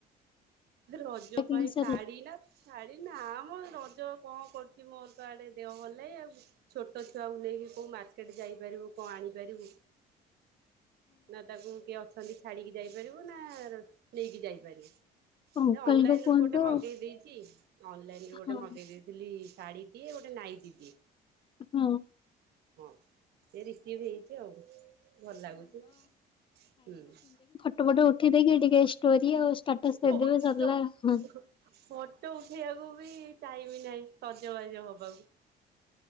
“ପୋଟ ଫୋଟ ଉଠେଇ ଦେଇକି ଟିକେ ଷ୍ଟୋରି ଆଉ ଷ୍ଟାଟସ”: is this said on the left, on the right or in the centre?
Left